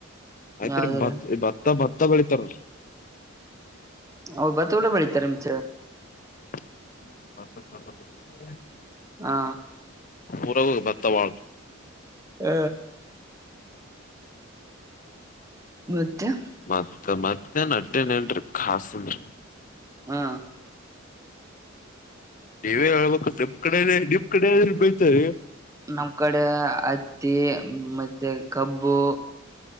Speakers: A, on the left; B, on the right.
A: ಆಯ್ತ್ರಿ
B: ಯಾವ್ದ್ರ
A: ಭತ್ ಭತ್ತ ಭತ್ ತ್ತ ಬೆಳಿತಾರ.
B: ಹೌ ಬತ್ತ ಕೂಡ ಬೆಳಿತಾರ ಮಚ್ಚಾ.
A: <unintelligible>
B: ಹಾ.
A: ಉರಾಗವ್ ಭತ್ತವಾಳ್
B: ಹ ಮತ್ತೆ.
A: ಮತ್ತ ಮತ್ತೇನಟ್ಟೆನೆನ್ರಿ ಖಾಸಿಲ್ಲ್
B: ಹಾ.
A: ನೀವೇ ಹೇಳ್ಬೇಕು ನಿಮ್ ಕಡೆನೇ ನಿಮ್ ಕಡೆ ಏನಾದ್ರು ಬೆಳಿತಾರೆ.
B: ನಮ್ ಕಡೆ ಹತ್ತಿ ಮತ್ ತ್ತೆ ಕಬ್ಬು